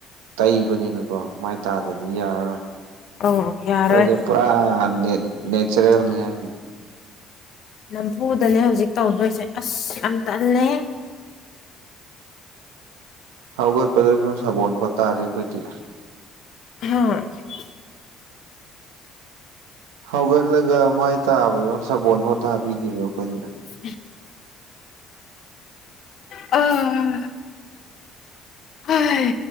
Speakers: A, on the right; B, on the left.
A: ꯇꯩꯕꯅꯤꯅꯀꯣ ꯃꯥꯏ ꯇꯥꯗ꯭ꯔꯗꯤ ꯌꯥꯔꯔꯣꯏ
B: ꯑꯧ ꯌꯥꯔꯣꯏ
A: ꯑꯩꯈꯣꯏꯗꯤ ꯄꯨꯔꯥ ꯅꯦꯠ ꯅꯦꯆꯔꯦꯜꯅꯦꯍꯦ
B: ꯅꯝꯐꯨꯗꯅꯦ ꯍꯧꯖꯤꯛ ꯇꯧꯗꯣꯏꯁꯦ ꯑꯁ ꯌꯥꯝ ꯇꯜꯂꯦꯍꯦ
A: ꯍꯧꯒꯠꯄꯗ ꯐꯥꯎ ꯁꯥꯕꯣꯟꯐꯥꯎ ꯇꯥꯗ꯭ꯔꯤ ꯑꯩꯈꯣꯏꯗꯤ
B: <unintelligible>
A: ꯍꯧꯒꯠꯂꯒ ꯃꯥꯏ ꯇꯥꯕꯗꯣ ꯁꯥꯄꯣꯟꯐꯥꯎ ꯇꯥꯕꯤꯗꯦꯕ ꯑꯈꯣꯏꯗꯤ
B: <inaudible> ꯑꯥ ꯍꯥꯏ